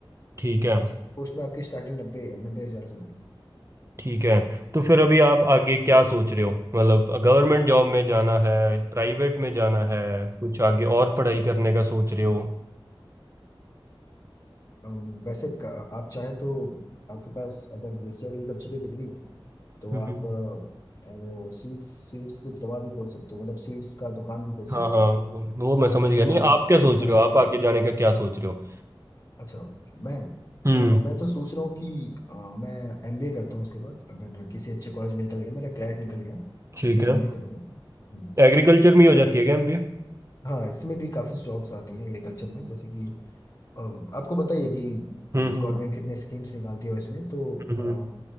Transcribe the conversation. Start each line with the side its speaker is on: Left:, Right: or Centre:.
Right: ठीक है
Left: तो उसी की पोस्ट में आपकी स्टार्टिंग नब्बे नब्बे हजार से होगी
Right: ठीक है तो फिर अभी आप आगे क्या सोच रहे हो मतलब गवर्नमेंट जॉब में जाना है प्राइवेट में जाना है कुछ आगे और पढ़ाई करने का सोच रहे हो
Left: अम, वैसे क- आप चाहे तो आपके पास अगर बीएससी एग्रीकल्चर की डिग्री है तो
Right: हम्म
Left: आप अ, वो सीड्स सीड्स की दवा भी खोल सकते हो मतलब सीड्स का दुकान भी खोल
Right: हाँ
Left: सकते
Right: हाँ
Left: हो आप
Right: वो वो मैं समझ
Left: कीटनाशक
Right: गया नहीं आप क्या सोच
Left: कीटनाशक
Right: रहे हो आप
Left: है
Right: आगे
Left: तो
Right: जाने का क्या सोच रहे हो
Left: अच्छा मैं
Right: हम्म
Left: अ, मैं तो सोच रहा हूँ कि अ, मैं एमबीए करता हूँ इसके बाद अगर किसी अच्छे कॉलेज में निकल गया मेरा क्लैट निकल गया
Right: ठीक
Left: तो मैं एमबीए
Right: है
Left: करूँगा हम्म।
Right: एग्रीकल्चर में ही हो जाती है क्या एमबी
Left: हाँ इसमें भी काफ़ी जॉब्स आती हैं एग्रीकल्चर में जैसे कि अम, आपको बताइए कि
Right: हम्म
Left: गवर्नमेंट
Right: हम्म
Left: कितने स्कीम्स निकालती है इसमें तो
Right: हम्म,
Left: अ,